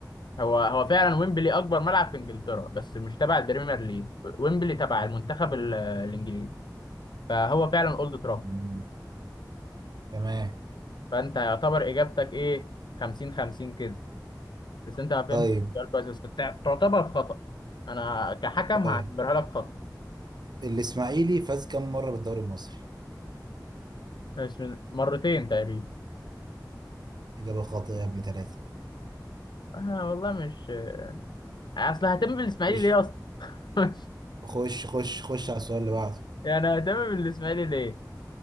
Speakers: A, on the left (about 85°); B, on the right (about 70°).
A: هو هو فعلا ويمبلي اكبر ملعب في انجلترا بس مش تبع البريمير ليج ويمبلي تبع المنتخب ال- الانجليزي فهو فعلا اولد ترافورد
B: مم. تمام
A: فانت يعتبر اجابتك ايه 50 50 كده بس انت ما فهمت
B: طيب
A: السؤال كويس بس بتاع- تعتبر خطأ انا كحكم
B: طيب
A: هعتبرها لك خطأ
B: الاسماعيلي فاز كم مرة بالدوري المصري؟
A: مش من- مرتين تقريبا
B: إجابة خاطئة يا ابن ثلاثة
A: انا والله مش اصل هتم بالاسماعيلي
B: خش
A: ليه اصلا <laughs>
B: خش خش خش على السؤال اللي بعده
A: يعني هتم بالاسماعيلي ليه